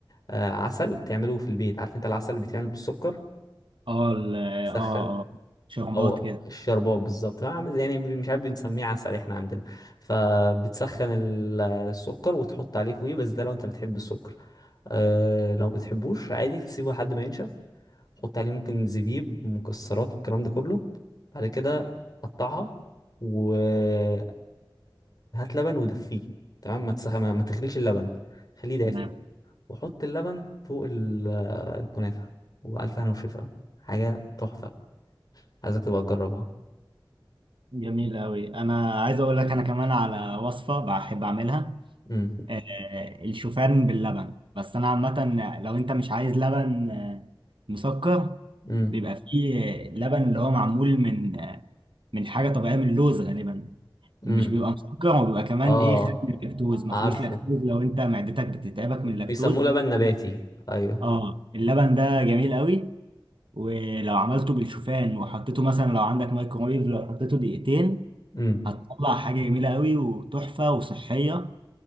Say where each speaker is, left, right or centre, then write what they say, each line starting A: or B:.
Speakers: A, on the left (about 50°); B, on the right (about 75°).
A: آه، عسل تعمله في البيت عارف انت العسل اللي بيتعمل بالسكر
B: اه ال...
A: سخن
B: اه اه شربات
A: او
B: كده
A: الشربات بالظبط عامل زي- يعني مش عارف بنسميه عسل احنا عندنا فبتسخن ال- السكر وتحط عليه فوقيه بس ده لو انت بتحب السكر أه لو بتحبوش عادي تسيبه لحد ما ينشف حط عليه ممكن زبيب مكسرات والكلام ده كله بعد كده قطعها وهات لبن ودفيه تمام ما تسخ... ما ما تغليش اللبن خليه دافي
B: تمام
A: وحط اللبن فوق ال- الكنافة وألف هنا وشفا حاجة تحفة عايزك تبقى تجربها
B: جميل قوي انا عايز اقول لك انا كمان على وصفه بحب اعملها
A: مم.
B: آه الشوفان باللبن بس انا عامه لو انت مش عايز لبن آه، مسكر
A: امم
B: بيبقى فيه لبن اللي هو معمول من من حاجة طبيعية من اللوز غالبا مش
A: امم
B: بيبخ- بيبقى مسكر وبيبقى كمان
A: اه
B: ايه خالي من اللاكتوز
A: اه
B: ما
A: عارفه
B: فيهوش لاكتوز لو انت معدتك بتتعبك من
A: بيسموه
B: اللاكتوز
A: لبن نباتي ايوه
B: اه اللبن ده جميل قوي ولو عملته بالشوفان وحطيته مثلا لو عندك مايكرويف لو حطيته دقيقتين
A: امم
B: هتطلع حاجة جميلة قوي وتحفة وصحية